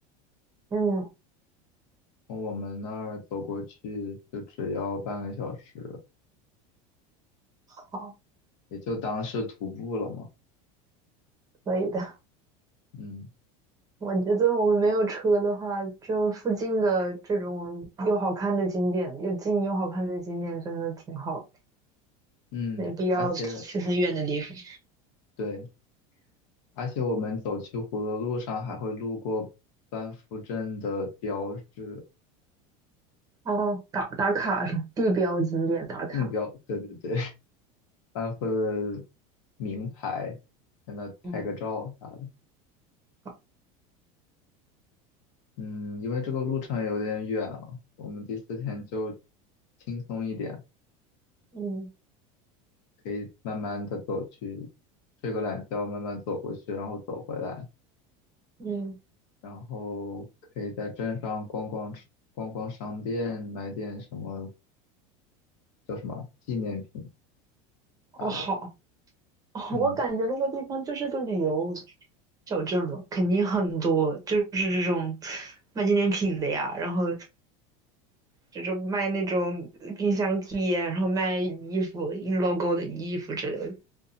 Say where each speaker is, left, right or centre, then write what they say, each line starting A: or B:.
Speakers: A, on the right (about 20°); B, on the left (about 70°).
A: 嗯，
B: 从我们那儿走过去就只要半个小时，
A: 好，
B: 也就当是徒步了嘛。
A: 可以的。
B: 嗯
A: 我觉得我们没有车的话，就附近的这种又好看的景点，又近又好看的景点，真的挺好的
B: 嗯，
A: 没必要去很远的地方
B: 而且对，而且我们走去湖的路上还会路过班夫镇的标志，
A: 哦，打打卡是吧地标景点打卡。
B: 定标，对对对，<laughs> 班夫的名牌，在那拍个照啥的。
A: 嗯，好，
B: 嗯，因为这个路程有点远了，我们第四天就轻松一点，
A: 嗯
B: 可以慢慢的走去，睡个懒觉，慢慢走过去，然后走回来。
A: 嗯。
B: 然后可以在镇上逛逛吃逛逛商店，买点什么叫什么纪念品
A: 哦，
B: 啥的。
A: 好，<laughs> 哦，
B: 嗯
A: 我感觉那个地方就是个旅游小镇嘛，肯定很多，就是这种卖纪念品的呀，然后就是卖那种冰箱贴，然后卖衣服，印 logo 的衣服之类的。